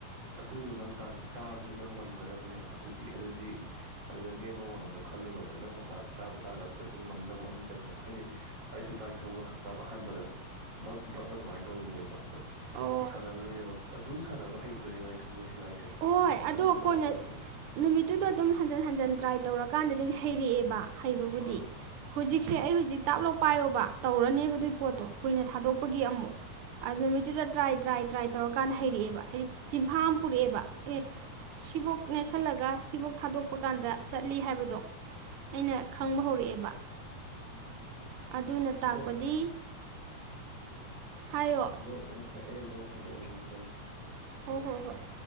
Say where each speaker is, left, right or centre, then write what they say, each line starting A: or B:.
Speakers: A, on the right (about 50°); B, on the right (about 70°).
A: ꯑꯗꯨꯗꯣ ꯅꯪ ꯇꯥꯟ ꯆꯥꯕꯗꯨ ꯅꯪ ꯉꯝꯒꯗꯕꯅꯦꯕ ꯑꯗꯨꯗꯤ ꯑꯗꯨꯗꯤ ꯑꯗꯨꯗ ꯅꯦꯝꯕ ꯋꯥꯡꯕꯗ ꯈꯜꯂꯨꯅꯣꯕ ꯅꯪꯅ ꯇꯥꯟ ꯆꯥꯕ ꯆꯥꯗꯕ ꯗ ꯗꯨ ꯉꯝꯅꯕ ꯍꯣꯠꯅꯗꯝꯅꯦꯕ ꯍꯥꯏꯗꯤ ꯑꯩꯁꯨ ꯕꯥꯏꯛ ꯊꯧꯕ ꯇꯝꯕ ꯑꯍꯥꯟꯕꯗ ꯚꯛ ꯚꯛ ꯑꯗꯨꯃꯥꯏꯅ ꯇꯧꯗꯣꯏꯅꯦꯕ ꯑꯗꯣ
B: ꯑꯣ
A: ꯁꯥꯟꯅꯒꯗꯣꯏꯅꯦꯕ ꯑꯗꯨ ꯁꯥꯟꯅꯕ ꯍꯩꯕꯗꯨꯅꯦ ꯒꯥꯔꯤ ꯊꯧꯕ ꯍꯩꯕ ꯍꯥꯏꯁꯦ
B: ꯍꯣꯏ ꯑꯗꯣ
A: ꯑꯗꯨ ꯁꯥꯟꯅꯕ
B: ꯀꯣꯟꯅ
A: ꯍꯩꯕꯗꯨꯅꯦꯕ
B: ꯅꯨꯃꯤꯠꯇꯨꯗ ꯑꯗꯨꯝ ꯍꯟꯖꯟ ꯍꯟꯖꯟ ꯇ꯭ꯔꯥꯏ ꯇꯧꯔꯀꯥꯟꯗꯗꯤ ꯍꯩꯔꯛꯑꯦꯕ ꯍꯩꯕꯕꯨꯗꯤ
A: ꯑꯥ
B: ꯍꯨꯖꯤꯛꯁꯦ
A: ꯎꯝ
B: ꯑꯩ ꯍꯨꯖꯤꯛ ꯇꯥꯞꯂꯧ ꯄꯥꯏꯌꯣꯕ ꯇꯧꯔꯅꯤꯕ ꯑꯗꯨꯏ ꯄꯣꯠꯇꯣ ꯀꯨꯏꯅ ꯊꯥꯗꯣꯛꯄꯒꯤ ꯑꯃꯨꯛ ꯑ ꯅꯨꯃꯤꯠꯇꯨꯗ ꯇ꯭ꯔꯥꯏ ꯇ꯭ꯔꯥꯏ ꯇ꯭ꯔꯥꯏ ꯇꯧꯔꯀꯥꯟꯗ ꯍꯩꯔꯛꯑꯦꯕ ꯍꯩ ꯆꯤꯝꯐꯥ ꯑꯃ ꯄꯨꯔꯛꯑꯦꯕ ꯑꯦ ꯁꯤꯕꯣꯛ ꯅꯦꯠꯁꯜꯂꯒ ꯁꯤꯕꯣꯛ ꯊꯥꯗꯣꯛꯄ ꯀꯥꯟꯗ ꯆꯠꯂꯤ ꯍꯥꯏꯕꯗꯣ ꯑꯩꯅ ꯈꯪꯕ ꯍꯧꯔꯛꯑꯦꯕ
A: ꯎꯝ
B: ꯑꯗꯨꯅ ꯇꯥꯛꯄꯗꯤ
A: ꯑꯗꯣ
B: ꯍꯥꯏꯌꯣ
A: ꯑꯗꯣ ꯉꯥꯏꯈꯣ ꯑꯩ ꯑꯝꯇꯪ ꯊꯝꯒꯦ ꯑꯗꯨꯒ ꯑꯃꯨꯛ ꯇꯧꯔꯛꯀꯦ
B: ꯍꯣ ꯍꯣ ꯍꯣꯏ